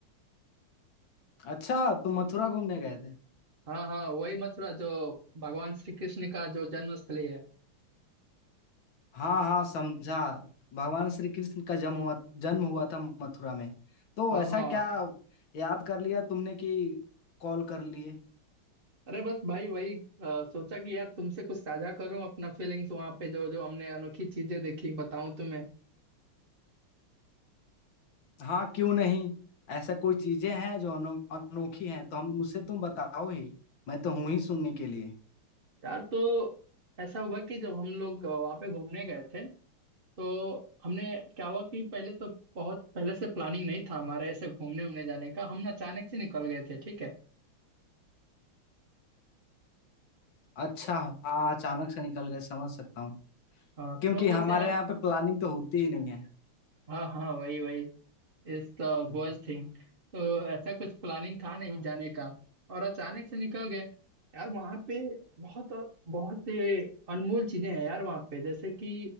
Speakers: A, on the left; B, on the right.
A: अच्छा तुम मथुरा घूमने गए थे
B: हाँ हाँ वही मथुरा जो भगवान श्री कृष्ण का जो जन्म स्थली है
A: हाँ हाँ समझा भगवान श्री कृष्ण का जन्म हुआ जन्म हुआ था मथुरा में तो
B: हाँ
A: ऐसा
B: हाँ
A: क्या याद कर लिया तुमने कि कॉल कर लिए
B: अरे बस भाई वही अ, सोचा कि यार तुमसे कुछ साझा करूं अपना फीलिंग्स वहां पे जो जो हमने अनोखी चीजें देखी बताऊं तुम्हें
A: हाँ क्यों नहीं ऐसा कोई चीजें हैं जो अनो, अनोखी हैं तो हम मुझसे तुम बताओ ही मैं तो हूं ही सुनने के लिए
B: यार तो ऐसा हुआ कि जब हम लोग अ, वहाँ पे घूमने गए थे तो हमने क्या हुआ कि पहले तो बहुत पहले से प्लानिंग नहीं था हमारा ऐसे घूमने उमने जाने का हम ना अचानक से निकल गए थे ठीक है
A: अच्छा हाँ अचानक से निकल गए समझ सकता हूँ
B: हाँ
A: क्योंकि
B: तो बस
A: हमारे
B: यार
A: यहाँ पे प्लानिंग तो होती ही नहीं
B: हाँ हाँ वही वही इस तो
A: है
B: बॉयज थिंग तो ऐसा कुछ प्लानिंग था नहीं जाने का और अचानक से निकल गए यार वहाँ पे बहुत बहुत ये अनमोल चीजें हैं यार वहाँ पे जैसे कि